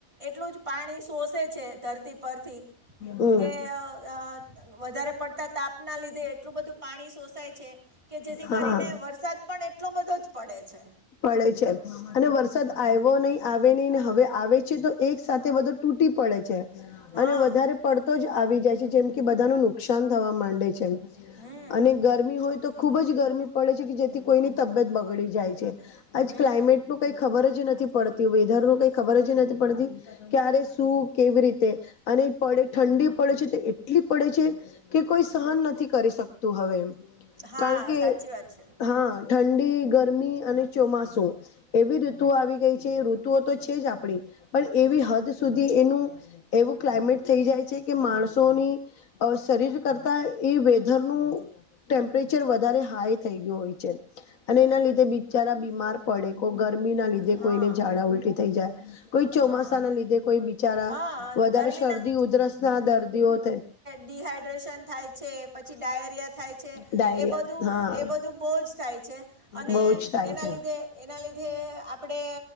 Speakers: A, on the right; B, on the left.
A: એટલું જ પાણી શોષે છે ધરતી પરથી
B: હમ
A: કે.. અ વધારે પડતા તાપના લીધે એટલું બધું પાણી શોષાય છે કે જેથી
B: હા
A: કરીને વરસાદ પણ એટલો બધો જ પડે છે.
B: પડે છે અને વરસાદ આયવો નહી આવે નહીને.. હવે આવે છે તો એક સાથે તે બધું તૂટી પડે છે
A: હા
B: અને વધારે પડતો જ આવી જાય છે જેમ કે બધાનું નુકસાન થવા માંડે છે
A: હમ
B: અને ગરમી હોય તો ખૂબ જ ગરમી પડે છે જેથી કોઈની તબિયત બગડી જાય છે. આજ
A: હમ
B: ક્લાઇમેટ નું કઈ ખબર જ નથી પડતી વેધર નું કઈ ખબર જ નથી પડતી. ક્યારે શું કેવી રીતે અને પડે ઠંડી પડે છે તો એટલી પડે છે કે કોઈ સહન નથી કરી શકતું હવે,
A: હા
B: કારણ કે...
A: સાચી વાત છે
B: હા ઠંડી, ગરમી અને ચોમાસું એવી ઋતુઓ આવી ગઈ છે, ઋતુઓ તો છે જ આપણી પણ એવી
A: હમ
B: હદ સુધી એનું એવું ક્લાયમેટ થઈ જાય છે કે માણસોની શરીર કરતા એ વેધરનું... ટેમ્પરેચર વધારે હાઈ થઈ ગયું હોય છે.
A: હમ
B: અને એના લીધે બિચારા બીમાર પડે કોક ગરમી ના લીધે
A: હા
B: કોઈને ઝાડા ઉલટી થઈ જાય કોઈ ચોમાસા
A: હા
B: ના લીધે કોઈ બિચારા
A: હા
B: વધારે
A: ગરમીના
B: શરદી ઉધરસ ના દર્દીઓ થ
A: ડીહાઈડ્રેશન થાય છે પછી ડાયરિયા થાય છે
B: ડાયરિયા
A: એ બધું
B: હા
A: એ બધું બોજ થાય અને
B: બહુ જ થાય
A: એના
B: છે
A: લીધે એના લીધે આપણે